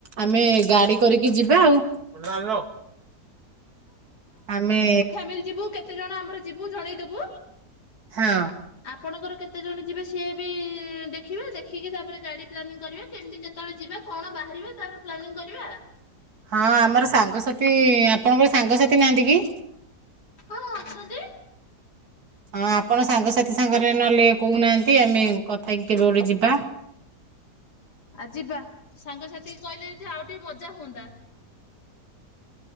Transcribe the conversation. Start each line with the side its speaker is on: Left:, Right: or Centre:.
Right: ଆମେ ଗାଡି କରିକି ଯିବା ଆଉ ଆମେ
Left: ଫ୍ୟାମିଲୀ ଯିବୁ କେତେ କେତେ ଜଣ ଆମର ଯିବୁ ଜଣେଇଦବୁ
Right: ହଁ।
Left: ଆପଣଙ୍କର କେତେ ଜଣ ଯିବେ ସିଏ ବି ଦେଖିବେ ଦେଖିକି ତାପରେ ଗାଡି ପ୍ଲାନିଂ କରିବେ କେମିତି କେତେବେଳେ ଯିବା କଣ ବାହାରିବ ତାର ପ୍ଲାନିଂ କରିବା।
Right: ହଁ ଆମର ସାଙ୍ଗସାଥି ଆପଣଙ୍କର ସାଙ୍ଗସାଥି ନାହାନ୍ତି କି?
Left: ହଁ ଅଛନ୍ତି।
Right: ହଁ ଆପଣ ସାଙ୍ଗସାଥି ସାଙ୍ଗରେ ନହେଲେ କହୁନାହାନ୍ତି ଆମେ କଥା ହେଇକି କେବେ ଗୋଟେ ଯିବା।
Left: ଆ ଯିବା ସାଙ୍ଗସାଥି କହିଲେ ଆଉ ଟିକେ ମଜା ହୁଅନ୍ତା।